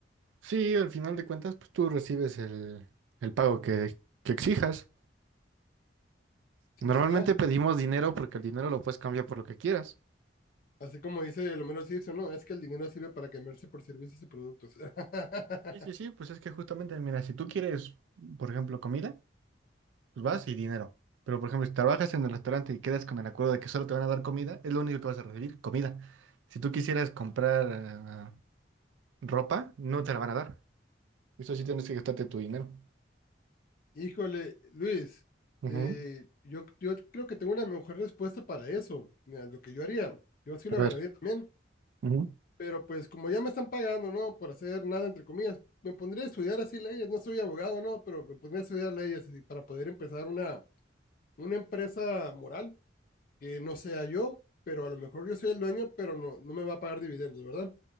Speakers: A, on the right (about 85°); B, on the left (about 50°).
A: Sí, al final de cuentas, pues tú recibes el, el pago que, que exijas.
B: ¿Sí
A: Normalmente
B: será?
A: pedimos dinero porque el dinero lo puedes cambiar por lo que quieras.
B: Así como dice el Homero Simpson, ¿no? Es que el dinero sirve para cambiarse por servicios y productos. <laughs>
A: Sí, sí, sí, pues es que justamente, mira, si tú quieres, por ejemplo, comida, pues vas y dinero. Pero, por ejemplo, si trabajas en el restaurante y quedas con el acuerdo de que solo te van a dar comida, es lo único que vas a recibir, comida. Si tú quisieras comprar ah, ropa, no te la van a dar. Eso sí tienes que gastarte tu dinero.
B: Híjole, Luis,
A: Ujú.
B: eh, yo, yo creo que tengo una mejor respuesta para eso. Mira, lo que yo haría, yo sí lo
A: A ver.
B: agarraría también,
A: Ujú,
B: pero pues como ya me están pagando, ¿no? Por hacer nada, entre comillas, me pondría a estudiar así leyes. No soy abogado, ¿no? Pero me pondría a estudiar leyes así, para poder empezar una, una empresa moral que no sea yo, pero a lo mejor yo soy el dueño, pero no, no me va a pagar dividendos, ¿verdad?